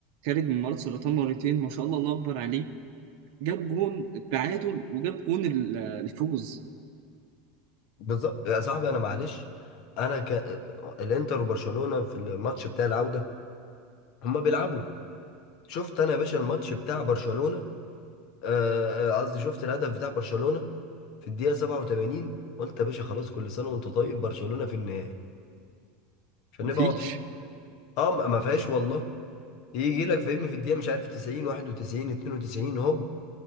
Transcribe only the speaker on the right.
خارج من مرض سرطان مرتين ما شاء الله الله أكبر عليه جاب جون التعادل وجاب جون ال- آه، الفوز
مفيش